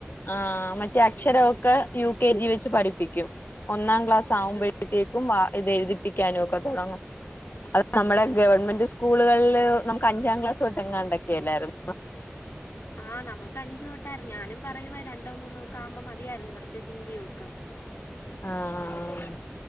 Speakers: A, on the left; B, on the left.
A: ആഹ് മറ്റേ അക്ഷരമൊക്കെ യു കെ ജി വെച്ച് പഠിപ്പിക്കും ഒന്നാം ക്ലാസ് സാമ്പഴത്തേക്കും
B: ഉം ഉം
A: ഇത് എഴുതിപ്പിക്കാനും ഒക്കെ തുടങ്ങും അത് നമ്മുടെ
B: ഉം
A: ഗവൺമെന്റ്
B: ഉം
A: സ്കൂളുകളില് നമുക്ക് അഞ്ചാം ക്ലാസ് തട്ടെങ്ങാണ്ടക്കെല്ലായിരുന്നു
B: ആഹ നമുക്ക് അഞ്ചു തൊട്ടായിരുന്നു ഞാനും പറയുമായിരുന്നു രണ്ടോ മൂന്നോ ഒക്കെ ആവുമ്പോ മതിയായിരുന്നു ഇവർക്ക് ഹിന്ദിയും ഒക്കെ
A: ആഹ്